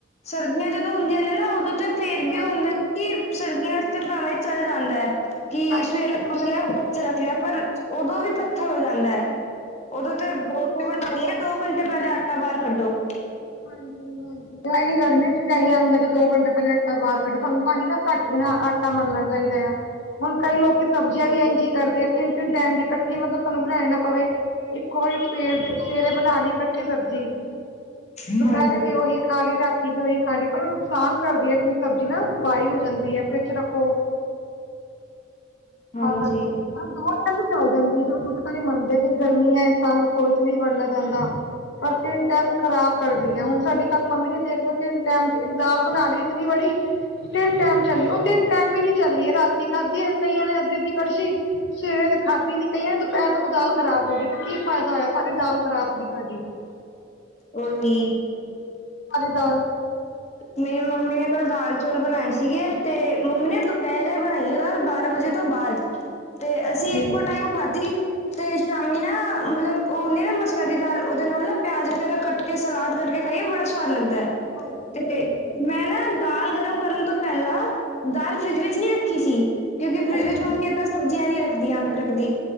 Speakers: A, on the left (about 35°); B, on the left (about 65°).
A: ਸਰਦੀਆਂ ਜਦੋਂ ਹੁੰਦੀਆਂ ਨੇ ਨਾ ਉਦੋਂ ਤਾਂ ਫੇਰ ਵੀ ਉਹ
B: ਹਾਂਜੀ
A: ਹੁੰਦਾ ਕਿ ਸਰਦੀਆਂ ਤੇ ਭਾਵੇਂ ਚੱਲ ਜਾਂਦਾ ਐ ਕਿ
B: ਹਾਂਜੀ
A: ਸਵੇਰੇ
B: ਹਾਂਜੀ
A: ਗੁੰਦ ਲਿਆ ਧੁੱਪ ਚ ਰੱਖ ਲਿਆ। ਪਰ ਉਦੋਂ ਵੀ ਪੱਥਰ ਹੋ ਜਾਂਦਾ ਐ ਉਦੋਂ ਤੇ ਰੋਟੀ ਬਣਾਣੀ ਏ ਦੋ ਘੰ ਪਹਿਲੇ ਆਟਾ ਬਾਹਰ ਕੱਢੋ।
B: ਹਾਂਜੀ। ਹਾਂਜੀ ਮੈਂ ਏਹੀ ਗਰਮੀ ਚ ਇਹੀ <unintelligible> ਦੋ ਘੰਟੇ ਪਹਿਲੇ ਆਟਾਂ ਬਾਹਰ ਕੱਢੋ ਤੁਆਨੁ ਤਾਂਹੀ ਨਾ ਘੱਟ ਵੀ ਨਾ ਆਟਾ ਮਲਣਾ ਚਾ ਚਾਈਦਾ ਆ ਹੁਣ ਕਈ ਲੋਕੀ ਸਬਜ਼ੀਆਂ ਵੀ ਇੰਝ ਈ ਕਰਦੇ ਆ ਤਿੰਨ-ਤਿੰਨ ਟੈਮ ਦੀ ਕੱਠੀ ਮਤਲਬ ਸਾਨੂੰ ਬਣਾਣੀ ਨਾ ਪਵੇ ਇੱਕੋ ਵਾਰੀ ਸਵੇਰ ਸਵੇਰੇ ਬਣਾ ਲਈ ਕੱਠੀ ਸਬਜੀ
A: ਹਾਂਜੀ
B: ਦੁਪਹਿਰੇ ਵੀ ਉਹੀ ਖਾ ਲਈ ਠੀਕ ਉਹੀ ਖਾਂਦੀ ਪਰ ਨੁਕਸਾਨ ਕਰਦੀ ਐ ਇਤਣੀ ਸਬਜ਼ੀ ਨਾ ਵਾਈ ਹੋ ਜਾਂਦੀ ਐ ਫਰਿੱਜ ਚ ਰੱਖੋ
A: ਹਾਂਜੀ
B: ਆ ਕਰਕੇ ਅ ਦੋ ਟਾਈਮ ਚੱਲ ਜਾਂਦੀ ਚਲੋ ਦੂਰ ਤਾਂ ਹੀ ਮੰਨਦੇ ਕਿ ਗਰਮੀ ਐ ਇਨਸਾਨ ਰਸੋਈ ਚ ਨਈ ਵੜਨਾ ਚਾਂਦਾ। ਪਰ ਤਿੰਨ ਟਾਈਮ ਖਰਾਬ ਕਰਦੀ ਐ ਹੁਣ ਸਾਡੀ ਕੱਲ ਮੰਮੀ ਨੇ ਦੇਖ ਲਓ ਤਿੰਨ ਟੈਮ ਦੀ ਦਾਲ ਬਣਾ ਲਈ ਇਤਨੀ ਵੜੀ ਤਿੰਨ ਟਾਈਮ ਚੱਲੀ ਉਹ ਤਿੰਨ ਟਾਈਮ ਵੀ ਨੀ ਚੱਲੀ ਏ ਰਾਤੀ ਖਾਧੀ ਏ ਕਈਆਂ ਨੇ ਅੱਧੀ-ਅੱਧੀ ਕੜਸ਼ੀ ਸਵੇਰੇ ਤੇ ਖਾਧੀ ਨੀ ਕਈਆਂ ਨੇ ਦੁਪਹਿਰ ਤੋਂ ਕੋ ਦਾਲ ਖਰਾਬ ਹੋ ਗਈ ਤੇ ਕੀ ਫਾਇਦਾ ਹੋਇਆ ਸਾਰੀ ਦਾਲ ਖਰਾਬ ਗਈ ਸਾਡੀ। <inaudible>
A: ਓਹੀ।
B: ਅਰੇ ਦਾਲ
A: ਮੇਰੀ ਮੰਮੀ ਨੇ ਕੱਲ ਦਾਲ ਚੌਲ ਬਣਾਏ ਸੀਗੇ ਤੇ ਮੰਮੀ ਨੇ ਦੁਪਹਿਰੇ ਬਣਾਈ ਆ ਦਾਲ ਬਾਰਾਂ ਵਜੇ ਤੋਂ ਬਾਅਦ ਤੇ
B: ਹਾਂਜੀ
A: ਅਸੀਂ ਇੱਕੋ ਟਾਈਮ ਖਾਧੀ ਤੇ ਸ਼ਾਮੀ ਨਾ
B: <inaudible>
A: ਮਤਲਬ ਉਹ ਹੁੰਦੀ ਨਾ ਮਸਰਾਂ ਦੀ ਦਾਲ ਉਹਦੇ ਨਾਲ ਨਾ ਪਿਆਜ ਵਗੈਰਾ ਕੱਟ ਕੇ, ਸਲਾਦ ਕਰਕੇ ਖਾਈਏ ਬੜਾ ਸਵਾਦ ਲੱਗਦਾ। ਹੈ
B: ਹਾਂਜੀ। ਹਾਂਜੀ
A: <unintelligible> ਮੈਂ ਨਾ ਦਾਲ ਗਰਮ ਕਰਨ ਤੋਂ ਪਹਿਲਾਂ ਦਾਲ ਫਰਿਜ ਵਿੱਚ ਨੀ ਰੱਖੀ ਸੀ। ਕਿਉਂਕਿ ਫਰਿੱਜ
B: ਅੱਛਾ
A: ਵਿੱਚ ਮੰਮੀ ਏਦਾਂ ਸਬਜ਼ੀਆਂ ਨਈ ਰੱਖਦੀਆਂ ਰੱਖਦੀ।